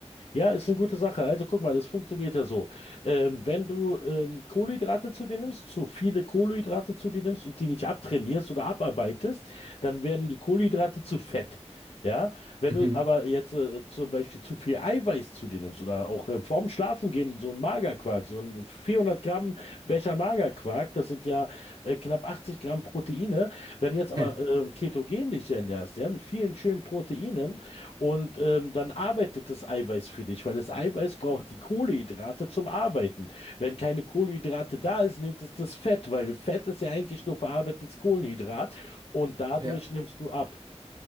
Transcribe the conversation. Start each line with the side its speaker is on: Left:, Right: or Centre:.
Left: Ja, ist eine gute Sache. Also guck mal, das funktioniert ja so. Ähm, wenn du ähm, Kohlenhydrate zu dir nimmst, zu viele Kohlenhydrate zu dir nimmst und die nicht abtrainierst oder abarbeitest, dann werden die Kohlenhydrate zu Fett. Ja, wenn
Right: Mhm.
Left: du aber jetzt äh, zum Beispiel zu viel Eiweiß zu dir nimmst oder auch äh, vorm Schlafengehen so ein Magerquark, so ein 400 Gramm Becher Magerquark, das sind ja äh, knapp 80 Gramm Proteine. Wenn du jetzt aber
Right: <laughs>
Left: äh, ketogen dich ernährst, ja, mit vielen schönen Proteinen, und ähm, dann arbeitet das Eiweiß für dich, weil das Eiweiß braucht die Kohlenhydrate zum Arbeiten. Wenn keine Kohlenhydrate da ist, nimmt es das Fett, weil Fett ist ja eigentlich nur verarbeitetes Kohlenhydrat und dadurch
Right: Ja,
Left: nimmst du ab.